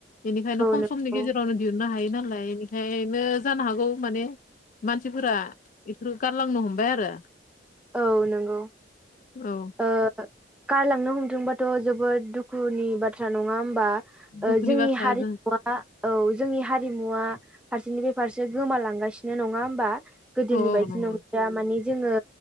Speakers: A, on the left (about 40°); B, in the centre.
A: बेनिखायनो खम
B: नंगौ
A: समनि गेजेर फ्रावनो दिहुननो हायो नालाय बिखायनो जानो हागौ माने मानसिफोरा बेफोरखौ गारलांनो हमबाय आरो।
B: औ नोंगौ
A: औ
B: ओ गारलांनो हमदोंबाथ' जोबोद दुखुनि बाथ्रा नङा होमबा? ओ
A: दुखुनि
B: जोंनि
A: बाथ्रा
B: हारिमुआ
A: जों
B: आ औ जोंनि हारिमुआ फारसेनिफ्राय फारसे गोमालांगासिनो। नङा होमबा? गोदोनि
A: औ
B: बायदि
A: औ नंगौ
B: नंलिया माने जोङो